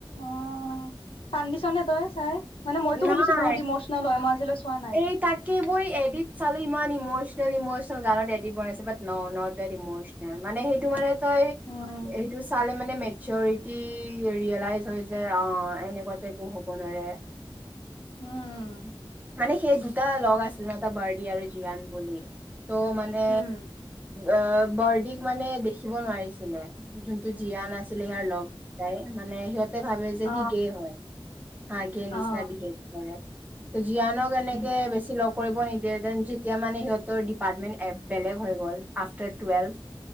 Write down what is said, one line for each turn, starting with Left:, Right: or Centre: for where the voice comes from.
Left: অ' কানডিচন হ তাই চাই মানে মইতো
Right: নাই,
Left: শুনিছো বহুত ইমচনেল হয় মই আজিলৈ চোৱা নাই।
Right: এই তাকে বৈ এডট চালো ইমান ইমচ চলি, মই চব গানত এডিত বনাইছো, but no not that emotional মানে সেইটো মানে তই
Left: উম
Right: এইটো চালে মানে মে চ ৰিটি ৰিলাইচ হৈ যায় অ এনেকুৱাতে একো হ'ব নোৱাৰে।
Left: উম'
Right: মানে সেই দুটা লগ আছিলে, এটা বাৰ্ডি আৰু জীয়ান বুলি। ত' মানে
Left: উম
Right: অ' বৰদিক মানে দেখিব নোৱাৰিছিলে, যোনটো। জীয়ান আছিলে, হৈয়া লগ গেইটাই মানে, সিহঁত। ভাবে যে
Left: অ
Right: সি গে হয়, হা গে নিচিনা
Left: অ
Right: বিহেভ কৰে। জীয়ানক এনেকে
Left: উম
Right: বেছি লগ কৰিব নিদি। দেন, যেতিয়া মানে সিহঁতৰ ডিপাৰ্টমেন্ট বেলেগ হৈ গ'ল, আফটাৰ টুৱেলভ।